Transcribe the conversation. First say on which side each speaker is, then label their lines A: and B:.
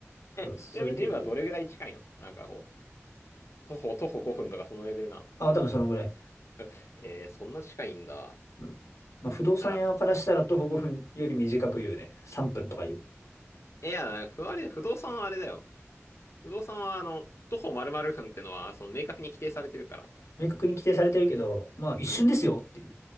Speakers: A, on the left; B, on the left.
A: <laughs> え、
B: そう、それで、
A: ちなみにジムはどれぐらい近いのなんかこう、徒歩、徒歩5分とかそのレベルなの
B: あ、多分そのぐらい。
A: <laughs> へえ、そんな近いんだ。
B: うんまあ、不動産屋からしたら徒歩5分より短く言うね。
A: なら、
B: 3分とか言う。
A: いや、ふあれ、不動産はあれだよ。不動産は、あの、徒歩〇〇分ってのは、その、明確に規定されてるから。
B: 明確に規定されてるけど、まあ一瞬ですよっていう。
A: うん。い